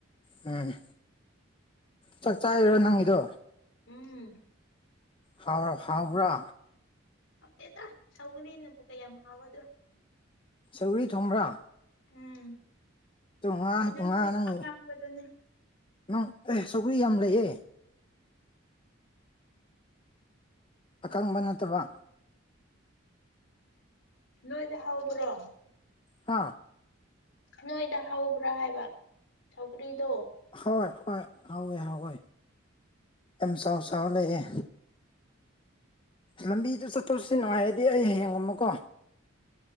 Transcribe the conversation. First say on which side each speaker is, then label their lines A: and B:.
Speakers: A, on the left; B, on the left.
A: ꯎꯝ ꯆꯥꯛ ꯆꯥꯏꯔꯣ ꯅꯪꯒꯤꯗꯣ
B: ꯎꯝ
A: ꯍꯥꯎꯔꯣ ꯍꯥꯎꯕ꯭ꯔꯣ
B: ꯍꯥꯎꯇꯦꯗ ꯁꯧꯒꯔꯤꯅꯕꯨ ꯀꯌꯥꯝ ꯍꯥꯎꯒꯗ꯭ꯔꯣ
A: ꯁꯧꯒ꯭ꯔꯤ ꯊꯣꯡꯕ꯭ꯔꯥ
B: ꯎꯝ
A: ꯇꯨ ꯉꯥ
B: ꯑꯗꯨꯁꯨ
A: ꯉꯥ ꯅꯪ
B: ꯑꯀꯥꯡꯕꯗꯨꯅꯦ
A: ꯅꯪ ꯑꯦ ꯁꯧꯒ꯭ꯔꯤ ꯌꯥꯝ ꯂꯩꯌꯦ ꯑꯀꯪꯕ ꯅꯠꯇꯕ
B: ꯅꯣꯏꯗ ꯍꯧꯕ꯭ꯔꯣ
A: ꯍꯥ
B: ꯅꯣꯏꯗ ꯍꯧꯕ꯭ꯔꯥ ꯍꯥꯏꯕ ꯁꯧꯒ꯭ꯔꯤꯗꯣ
A: ꯍꯣꯏ ꯍꯣꯏ ꯍꯧꯋꯦ ꯍꯧꯋꯦ ꯌꯥꯝ ꯆꯥꯎ ꯆꯥꯎꯔ ꯂꯩꯌꯦ ꯂꯝꯕꯤꯗ ꯆꯠꯊꯣꯛ ꯆꯠꯁꯤꯟ ꯅꯨꯡꯉꯥꯏꯔꯗꯤ ꯑꯩ ꯍꯌꯦꯡ ꯒꯨꯝꯕꯀꯣ